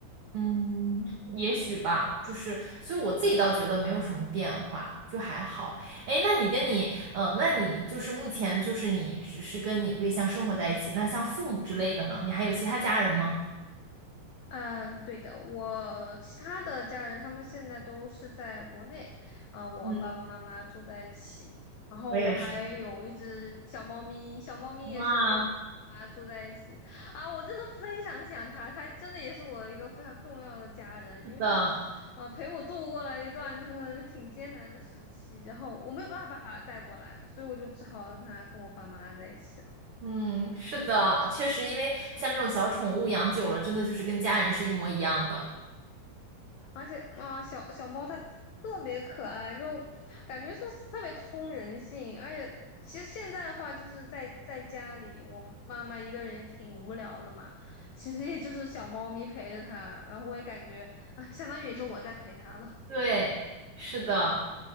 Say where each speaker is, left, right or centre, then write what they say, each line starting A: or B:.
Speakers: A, on the right; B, on the left.
A: 嗯，也许吧，就是，所以我自己倒觉得没有什么变化，就还好。哎，那你跟你，呃，那你就是目前就是你只是跟你对象生活在一起，那像父母之类的呢？你还有其他家人吗？
B: 嗯，对的，我其他的家人他们现在都是在国内，啊、我爸爸妈妈住在一起，
A: 嗯，
B: 然后我还有一只小猫咪，
A: 我也是。
B: 小猫咪也是跟我妈住在一起，
A: 哇，
B: 啊，我真的非常想它，它真的也是我一个非常重要的家人，因为它，
A: 的，
B: 呃，陪我度过了一段就是挺艰难的时期，然后我没有办法把它带过来，所以我就只好让它跟我爸妈在一起。
A: 嗯，是的，确实，因为像这种小宠物养久了，真的就是跟家人是一模一样的。
B: 而且啊，小小猫它特别可爱，就感觉是特别通人性。而且其实现在的话，就是在在家里，我妈妈一个人也挺无聊的嘛，其实也就是小猫咪陪着她，然后我也感觉啊，相当于也是我在陪她了。
A: 对，是的。